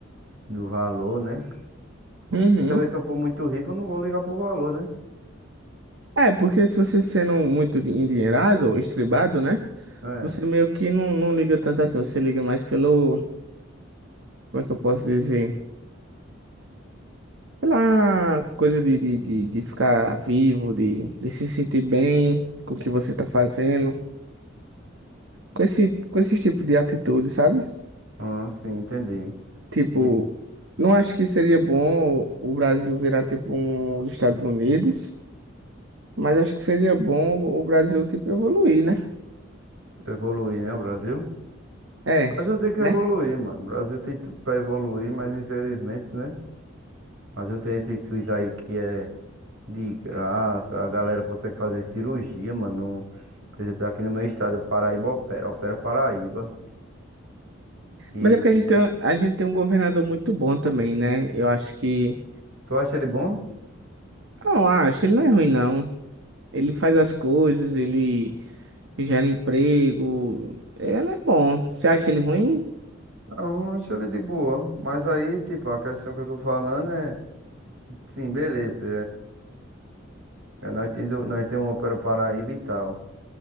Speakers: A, on the right; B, on the right.
A: do valor, né?
B: Uhum.
A: E talvez se eu for muito rico, eu não vou ligar pro valor, né?
B: É, porque se você sendo muito de- endinheirado, estribado, né?
A: É.
B: Você meio que não, não liga tanto assim, você liga mais pelo... Como é que eu posso dizer? Pela coisa de, de, de, de ficar vivo, de, de se sentir bem com o que você tá fazendo. Com esse, com esse tipo de atitude, sabe?
A: Ah, sim, entendi.
B: Tipo,
A: E
B: não acho que seria bom o Brasil virar tipo um, os Estados Unidos, mas acho que seria bom o Brasil tipo evoluir, né?
A: evoluir, né, o Brasil?
B: É,
A: O Brasil tem que
B: né?
A: evoluir, mano. O Brasil tem tudo pra evoluir, mas infelizmente, né? O Brasil tem esse SUS aí que é de graça, a galera consegue fazer cirurgia, mano. Por exemplo, aqui no meu estado, o Paraíba opera, opera Paraíba. E
B: Mas é porque a gente tem, a gente tem um governador muito bom também, né? Eu acho que.
A: tu acha ele bom?
B: Não, acho, ele não é ruim, não. Ele faz as coisas, ele gera emprego. Ele é bom. Você acha ele ruim?
A: Não, eu acho ele de boa. Mas aí, tipo, a questão que eu tô falando é. Sim, beleza. É, nós temos, o- nós temos uma para Paraíba e tal.